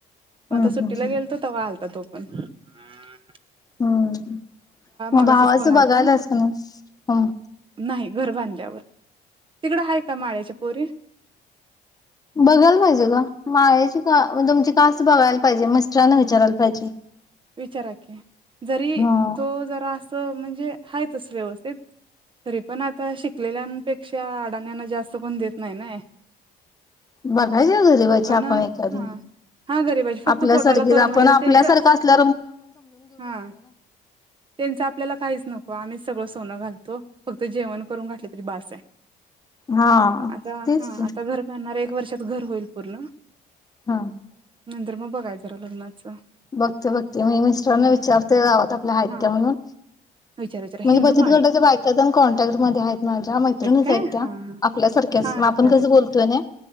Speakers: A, on the right; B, on the left.
A: मग
B: हम्म
A: आता सुट्टीला
B: हम्म
A: गेलोतो. तवा आलता तो पण हा्
B: हम्म मग
A: मगाशीच
B: भावाचं
A: फोन आलता
B: बघायल्यास काय नाहीं.
A: नाही घर बांधल्यावर. तिकडं आहे का माळ्याच्या पोरी.
B: बघायला पाहिजे का माळ्याची का तुमची कास्ट बघायला पाहिजे मिस्टरांना विचारायला पाहिजे.
A: विचारा की जरी
B: हा.
A: तो जरा. म्हणजे हायचच व्यवस्थित तरी पण आता, शिकलेल्यापेक्षा अडाण्याना जास्त कोण देत नाही नई.
B: बघायच घरीबाची आपण
A: हा
B: एखादी
A: हा गरीबाची फक्त
B: आपल्यासारखी
A: पोटाला करून
B: आपण
A: घालायचं
B: आपल्यासारखं
A: त्यांचं
B: असल्या.
A: हा त्यांचं आपल्याला काहीच नको, आम्हीच सगळं सोनं घालतो. फक्त जेवण करून घातलं तरी बास आहे.
B: हा
A: आता
B: तेच
A: हा
B: की.
A: आता घर बांधणार एक वर्षात घर होईल पूर्ण.
B: हा
A: तर मग बघाय जरा लग्नाचं
B: बघते बघते मी मिस्टरने
A: हा
B: विचारते गावात आपल्या आहेत
A: हा
B: का म्हणून
A: विचार विचार
B: म्हणजे
A: हिंदू
B: बचत
A: माळी
B: गटाच्या बायकाजण कॉन्टॅक्ट मध्ये आहेत माझ्या मैत्रिणीच
A: काय
B: आहेत त्या
A: हा हा
B: आपल्यासारख्याच
A: हा विचारा
B: आपण कस
A: की
B: बोलतोय ना